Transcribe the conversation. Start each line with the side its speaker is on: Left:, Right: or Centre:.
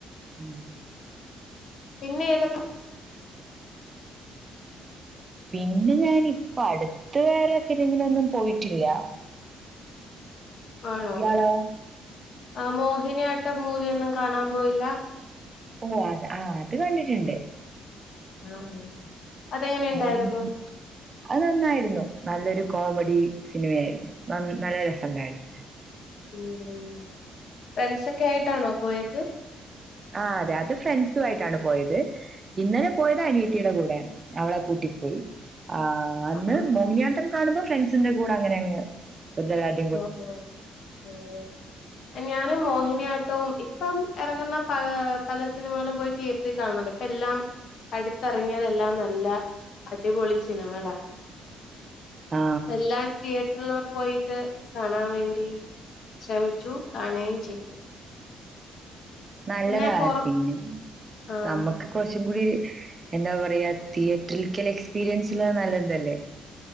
Right: ഉം
Left: പിന്നേതൊക്കെ
Right: പിന്നെ ഞാനിപ്പടുത്ത് വേറെ ഫിലിമിനൊന്നും പോയിട്ടില്ല
Left: <inaudible> ആണോ
Right: ഇയാളോ
Left: ആ മോഹിനിയാട്ടം മൂവിയൊന്നും കാണാൻ പോയില്ല
Right: ഓഹ് അത് ആ അത് കണ്ടിട്ടുണ്ട്
Left: ആഹ് അതെങ്ങനെ ഉണ്ടായിരുന്നു
Right: മോഹിനിയാ അത് നന്നായിരുന്നു നല്ലൊരു കോമഡി സിനിമയായിരുന്നു ന നല്ല രസണ്ടായിരുന്നു
Left: ഉം ഫ്രണ്ട്സൊക്കായിട്ടാണോ പോയത്
Right: ആഹ് അതെ അത് ഫ്രെണ്ട്സുവായിട്ടാണ് പോയത് ഇന്നലെ പോയത് അനിയത്തീടെ കൂടെയാണ് അവളെ കൂട്ടി പോയി ആഹ് അന്ന്
Left: ആഹ്
Right: മോഹിനിയാട്ടം
Left: ആഹ്
Right: കാണുമ്പോ ഫ്രണ്ട്സിന്റെ കൂടെ അങ്ങനെ അങ്ങ് <unintelligible>
Left: ഓഹ് ഓഹ് ഓഹ് എൻ ഞാനും മോഹിനിയാട്ടവും ഇപ്പം ഇറങ്ങുന്ന പ പല സിനിമകളും പോയി തിയേറ്ററിൽ കാണുന്നുണ്ട് ഇപ്പ എല്ലാം അടുത്തിറങ്ങിയതെല്ലാം നല്ല അടിപൊളി സിനിമകളാ
Right: ആ
Left: എല്ലാം തിയേറ്ററിലക്കെ പോയി ട്ട് കാണാൻ വേണ്ടി ശ്രമിച്ചു കാണുകയും ചെയ്തു
Right: നല്ലതാ
Left: പിന്നെ പൊറ
Right: പിന്നെ
Left: ആഹ്
Right: നമ്മുക്ക് കൊറച്ചും കൂടി എന്താ പറയാ തിയേറ്ററിൽക്കല്ല എക്സ്പീരിയൻസ്ള്ളത് നല്ലതല്ലേ